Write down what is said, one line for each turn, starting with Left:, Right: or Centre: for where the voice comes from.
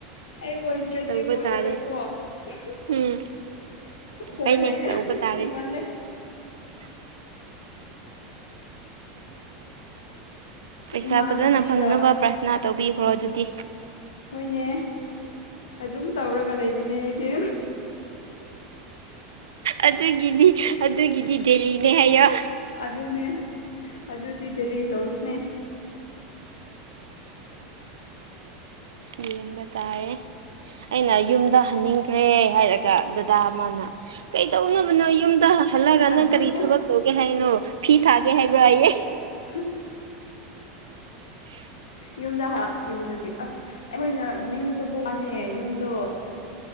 Left: ꯑꯩ ꯑꯣꯏꯗ꯭ꯔꯗꯤ
Right: ꯇꯧꯕ
Left: ꯑꯣꯏꯔꯔꯣꯏꯀꯣ
Right: ꯇꯥꯔꯦ
Left: <unintelligible>
Right: ꯎꯝ
Left: ꯍꯣꯏ
Right: ꯍꯣꯏꯅꯦ
Left: ꯍꯥꯏ
Right: ꯇꯧꯕ
Left: ꯅꯪ
Right: ꯇꯥꯔꯦ
Left: ꯁꯤꯃꯂꯦ
Right: ꯄꯩꯁꯥ
Left: ꯏꯃꯥꯟꯅꯕꯤꯒ
Right: ꯐꯖꯅ ꯐꯪꯅꯕ ꯄ꯭ꯔꯥꯊꯅꯥ ꯇꯧꯕꯤꯈ꯭ꯔꯣ ꯑꯗꯨꯗꯤ
Left: ꯍꯣꯏꯅꯦ ꯑꯗꯨꯝ ꯇꯧꯔꯒ ꯂꯩꯕꯅꯦ ꯑꯩꯗꯤ
Right: ꯑꯗꯨꯒꯤꯗꯤ ꯑꯗꯨꯒꯤꯗꯤ ꯗꯦꯜꯂꯤꯅꯦ ꯍꯥꯏꯌꯣ
Left: ꯑꯗꯨꯅꯦ ꯑꯗꯨꯗꯤ ꯗꯦꯂꯤ ꯇꯧꯁꯅꯦ
Right: ꯌꯦꯡꯕ ꯇꯥꯔꯦ ꯑꯩꯅ ꯌꯨꯝꯗ ꯍꯟꯅꯤꯡꯈ꯭ꯔꯦ ꯍꯥꯏꯔꯒ ꯗꯗꯥ ꯑꯃꯅ ꯀꯩ ꯇꯧꯅꯕꯅꯣ ꯌꯨꯝꯗ ꯈꯜꯂꯒ
Left: ꯑꯗꯨꯅꯦ
Right: ꯅꯪ ꯀꯔꯤ ꯊꯕꯛ ꯇꯧꯒꯦ ꯍꯥꯏꯅꯣ ꯐꯤ ꯁꯥꯒꯦ ꯍꯥꯏꯕ꯭ꯔꯥꯌꯦ
Left: ꯎꯝ
Right: <inaudible>
Left: ꯌꯨꯝꯗ ꯌꯨꯝꯗꯗꯤ ꯑꯁ ꯑꯩꯈꯣꯏꯅ ꯅꯤꯡꯖꯕ ꯋꯥꯅꯦ ꯌꯨꯝꯗꯣ